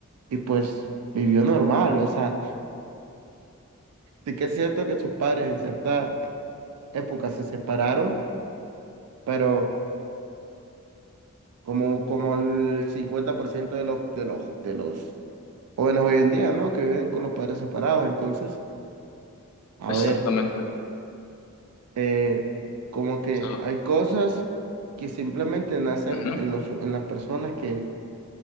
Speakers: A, on the right; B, on the left.
A: y pues vivió normal. O sea, sí que es cierto que sus padres en cierta época se separaron, pero Como, como el 50% de los, de los, de los jóvenes hoy en día, ¿no? Que viven con los padres separados. Entonces, a
B: Exactamente.
A: ver, eh, como que
B: O sea,
A: hay cosas que simplemente nacen
B: ujú.
A: en los, en las personas que,